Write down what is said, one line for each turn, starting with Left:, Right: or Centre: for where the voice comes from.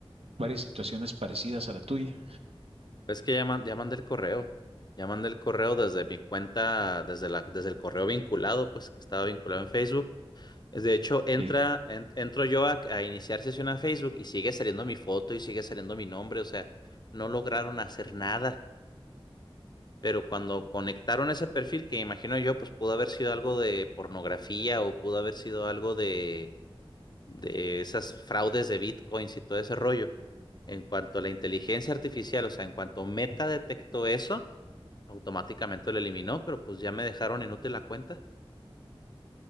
Right: varias situaciones parecidas a la tuya.
Left: es que ya, man- ya mandé el correo. Ya mandé el correo desde mi cuenta, desde la, desde el correo vinculado, pues que estaba vinculado en Facebook De hecho, entra,
Right: Sí.
Left: en- entro yo a, a iniciar sesión a Facebook y sigue saliendo mi foto y sigue saliendo mi nombre, o sea, no lograron hacer nada. Pero cuando conectaron ese perfil, que imagino yo, pues pudo haber sido algo de pornografía o pudo haber sido algo de, de esas fraudes de bitcoins y todo ese rollo. En cuanto a la inteligencia artificial, o sea, en cuanto Meta detectó eso, automáticamente lo eliminó, pero pues ya me dejaron inútil la cuenta.